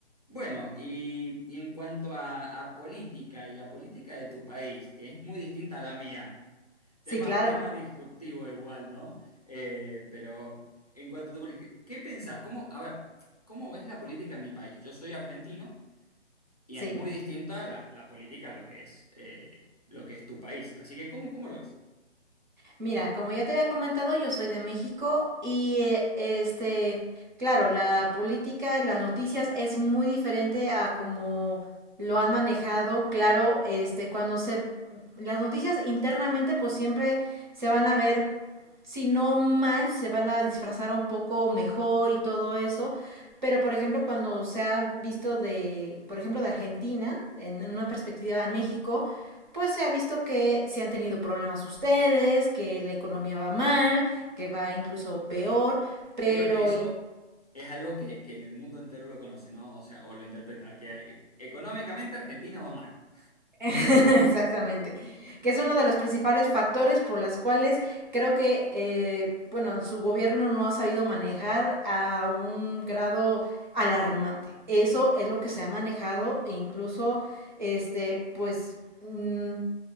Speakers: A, on the left; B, on the right.
A: Bueno, y, y en cuanto a, a política y la política de tu país, que es muy distinta a la mía,
B: Sí,
A: tema,
B: claro,
A: tema disruptivo igual, ¿no? Eh, pero en cuanto a tu política, ¿qué pensás? ¿Cómo, a ver, ¿cómo ves la política en mi país? Yo soy argentino y
B: sí.
A: es muy distinta la, la política a lo que es, eh, lo que es tu país. Así que, ¿cómo, cómo lo ves?
B: Mira, como ya te había comentado, yo soy de México y eh, este, claro, la política, las noticias es muy diferente a como lo han manejado. Claro, este, cuando se, las noticias internamente, pues siempre se van a ver, si no mal, se van a disfrazar un poco mejor y todo eso. Pero, por ejemplo, cuando se ha visto de, por ejemplo, de Argentina, en una perspectiva en México, pues se ha visto que se han tenido problemas ustedes, que la economía va mal, que va incluso peor, pero
A: Creo que eso es algo que, que en el mundo entero lo conoce, ¿no? O sea, o lo interpreta, que eh, económicamente Argentina va mal.
B: <laughs> Exactamente. Que es uno de los principales factores por las cuales creo que, eh, bueno, su gobierno no ha sabido manejar a un grado alarmante. Eso es lo que se ha manejado e incluso, este, pues, mm,